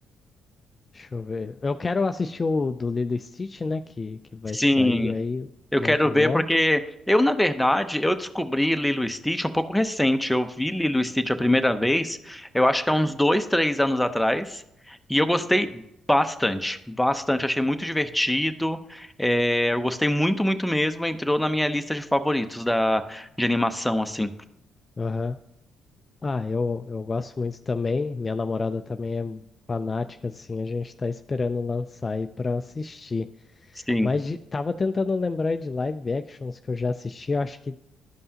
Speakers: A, on the left; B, in the centre.
A: Deixa eu ver. Eu quero assistir o do Lilo e Stitch, né? Que, que vai
B: Sim.
A: sair aí
B: Eu
A: logo,
B: quero ver
A: logo.
B: porque eu, na verdade, eu descobri Lilo e Stitch um pouco recente. Eu vi Lilo e Stitch a primeira vez, eu acho que há uns dois, três anos atrás, e eu gostei bastante, bastante. Achei muito divertido, é, eu gostei muito, muito mesmo. Entrou na minha lista de favoritos da, de animação, assim.
A: Aham. Ah, eu, eu gosto muito também. Minha namorada também é fanática, assim. A gente tá esperando lançar aí pra assistir.
B: Sim.
A: Mas de- tava tentando lembrar aí de live actions que eu já assisti. Eu acho que